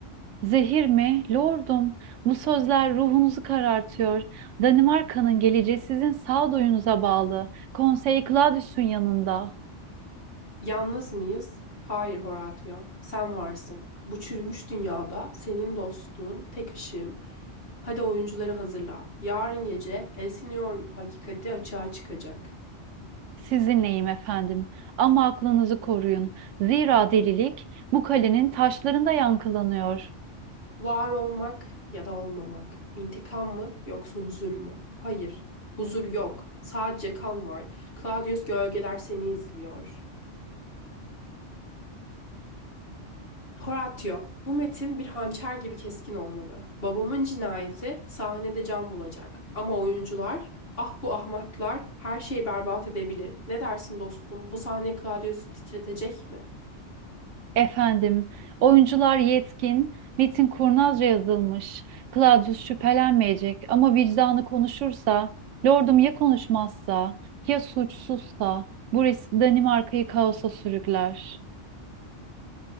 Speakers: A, on the right; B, on the left.
A: Zehir mi? Lordum, bu sözler ruhunuzu karartıyor. Danimarka'nın geleceği sizin sağduyunuza bağlı. Konsey Claudius'un yanında.
B: Yalnız mıyız? Hayır Horatio, sen varsın. Bu çürümüş dünyada senin dostluğun tek ışığım. Hadi oyuncuları hazırla. Yarın gece Elsinore'un hakikati açığa çıkacak.
A: Sizinleyim efendim ama aklınızı koruyun. Zira delilik bu kalenin taşlarında yankılanıyor.
B: Var olmak ya da olmamak. İntikam mı yoksa huzur mu? Hayır, huzur yok. Sadece kan var. Claudius gölgeler seni izliyor. Horatio, bu metin bir hançer gibi keskin olmalı. Babamın cinayeti sahnede can bulacak. Ama oyuncular, ah bu ahmaklar her şeyi berbat edebilir. Ne dersin dostum, bu sahne Claudius'u titretecek mi?
A: Efendim, oyuncular yetkin, metin kurnazca yazılmış. Claudius şüphelenmeyecek ama vicdanı konuşursa, lordum ya konuşmazsa, ya suçsuzsa, bu risk Danimarka'yı kaosa sürükler.